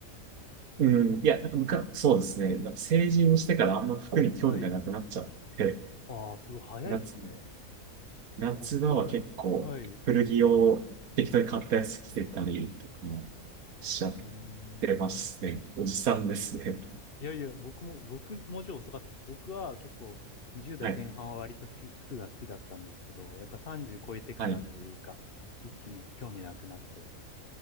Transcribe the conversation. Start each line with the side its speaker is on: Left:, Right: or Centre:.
Right: うん、いや、なんかむかそうですね。なんか成人をしてからあんま服に興味がなくなっちゃって、
Left: はい。ああ、すごい早いっすね。
Right: なんつうの夏場は結構古着を適当に買ったやつ着てたりとかも
Left: 僕は、はい。う
Right: しちゃっ
Left: ーん。
Right: てますね。おじさんですね。
Left: いやいや、僕も、僕、もうちょい遅かった。僕は結構、20代前半は割と服、
Right: はい。
Left: 服が好きだったんですけど、やっぱ30超えてからというか、
Right: はい。
Left: 一気に興味なくなって、